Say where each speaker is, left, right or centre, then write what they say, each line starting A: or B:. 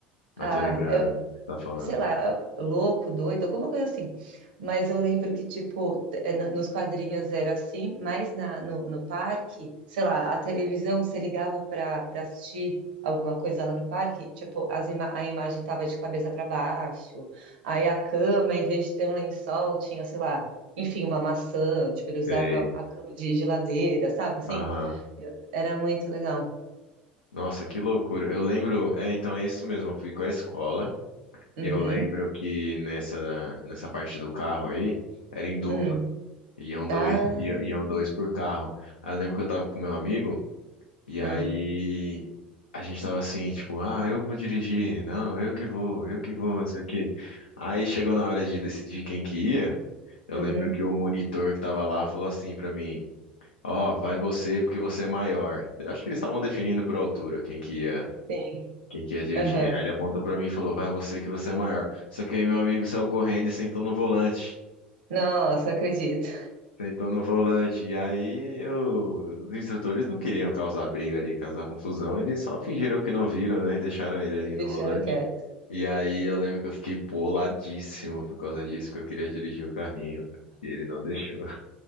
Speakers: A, on the left; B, on the right.
A: Mas
B: Ah,
A: tô lembrando
B: eu,
A: o que você tá falando.
B: sei lá, louco, doido, alguma coisa assim. Mas eu lembro que, tipo, t- eh, no- nos quadrinhos era assim, mas na, no, no parque, sei lá, a televisão se ligava para para assistir alguma coisa lá no parque, tipo, as ima a imagem tava de cabeça para baixo, aí a cama, em vez de ter um lençol, tinha, sei lá, enfim, uma maçã, tipo, ele usava
A: Sei.
B: a cama de geladeira, sabe? Assim,
A: Aham.
B: era muito legal.
A: Nossa, que loucura. Eu lembro, é, então é isso mesmo. Eu fui com a escola e
B: Uhum.
A: eu lembro que nessa nessa parte do carro aí era em dupla.
B: Hum.
A: Iam dois,
B: Ah.
A: ia- iam dois por carro. Aí eu lembro que eu tava com meu amigo, e
B: hum,
A: aí a gente tava assim, tipo, ah, eu que vou dirigir, não, eu que vou, eu que vou, não sei o quê. Aí chegou na hora de decidir quem que ia, eu
B: Uhum.
A: lembro que o monitor que tava lá falou assim pra mim, ó, vai você porque você é maior. Eu acho que eles estavam definindo por altura quem que ia.
B: Sim.
A: Quem que ia dirigir?
B: Aham.
A: Aí ele apontou pra mim e falou: Vai você que você é maior. Só que aí meu amigo saiu correndo e sentou no volante.
B: Nossa, acredito.
A: Sentou no volante. E aí eu- os instrutores não queriam causar briga ali, causar confusão. Eles só fingiram que não viram, né? E deixaram ele ali
B: <laughs>
A: no
B: Deixaram
A: volante.
B: quieto.
A: E aí eu lembro que eu fiquei boladíssimo por causa disso, que eu queria dirigir o carrinho, cara. E ele não deixou.